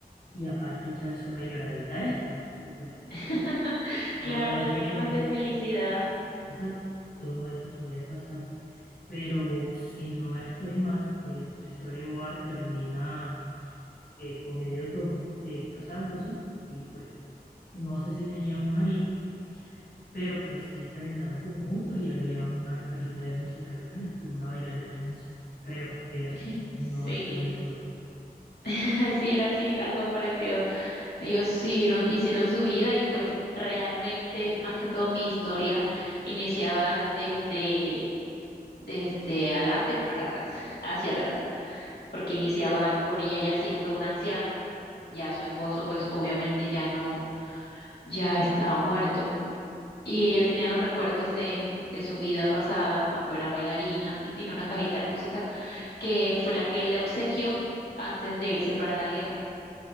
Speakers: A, on the left (about 65°); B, on the left (about 85°).
A: y aparte echarse una lloradita extra, porque pues
B: <laughs> Claro,
A: todo eso
B: lágrimas
A: suele,
B: de felicidad.
A: exacto, todo eso suele pasar. Pero si no estoy mal, eh, tu storyboard termina eh, con ellos dos eh, casándose y pues no sé si tenían una hija pero pues sí terminaron como juntos y había una cajita de música al final, como una bailarina de música, creo que era
B: <laughs>
A: así, no
B: Sí,
A: estoy muy seguro.
B: <laughs> sí, era así, algo parecido. Ellos siguieron, hicieron su vida y pues realmente, más que todo, mi historia iniciaba desde, desde adelante para atrás, <laughs> hacia atrás, porque iniciaba con ella ya siendo una anciana, ya su esposo pues obviamente ya no, ya estaba muerto y ella tenía los recuerdos de, de su vida pasada cuando era bailarina y tiene una cajita de música que fue la que él le obsequió antes de irse para la guerra.